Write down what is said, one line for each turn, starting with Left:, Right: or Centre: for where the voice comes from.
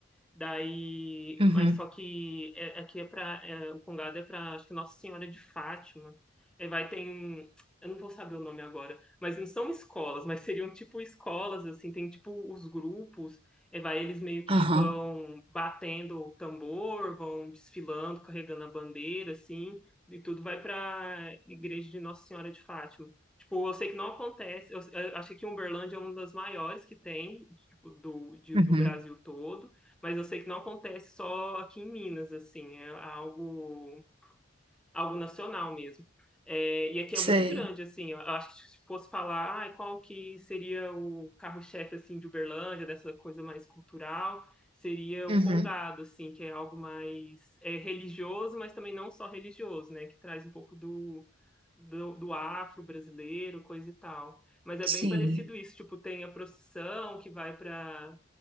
Centre: Daí,
Right: Uhum.
Centre: mas só que é- aqui é para o Congado é para acho que Nossa Senhora de Fátima. Aí vai tem, eu não vou saber o nome agora, mas não são escolas, mas seriam tipo escolas assim, tem tipo os grupos. Aí vai eles meio que
Right: Aham.
Centre: vão batendo o tambor, vão desfilando, carregando a bandeira assim, e tudo vai para Igreja de Nossa Senhora de Fátima. Tipo, eu sei que não acontece. Eu, eu achei que Uberlândia é uma das maiores que tem, tipo, do, de-
Right: Uhum.
Centre: do Brasil todo. Mas eu sei que não acontece só aqui em Minas, assim, é algo, algo nacional mesmo. É, e aqui
Right: Sei.
Centre: é muito grande, assim, eu acho que se fosse falar, ai, qual que seria o carro-chefe, assim, de Uberlândia, dessa coisa mais cultural, seria
Right: Uhum.
Centre: o congado, assim, que é algo mais é, religioso, mas também não só religioso, né, que traz um pouco do, do, do afro-brasileiro, coisa e tal. Mas é
Right: Sim.
Centre: bem parecido isso, tipo, tem a procissão que vai para